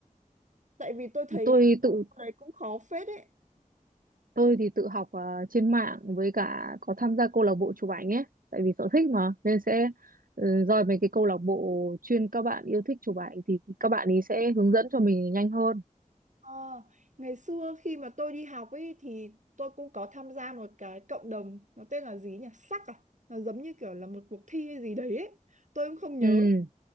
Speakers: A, on the right; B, on the right.
A: Tại vì tôi thấy
B: Tôi
A: cái
B: tự
A: đấy cũng khó phết đấy.
B: tôi thì tự học à, trên mạng với cả có tham gia câu lạc bộ chụp ảnh ấy tại vì sở thích mà nên sẽ ừ, roi mấy cái câu lạc bộ chuyên các bạn yêu thích chụp ảnh thì các bạn ấy sẽ hướng dẫn cho mình nhanh hơn.
A: Ờ, ngày xưa khi mà tôi đi học ấy thì tôi cũng có tham gia một cái cộng đồng nó tên là gì nhỉ? Sắc à? Nó giống như kiểu là một cuộc thi hay gì đấy ấy. Tôi cũng không nhớ.
B: Ừ.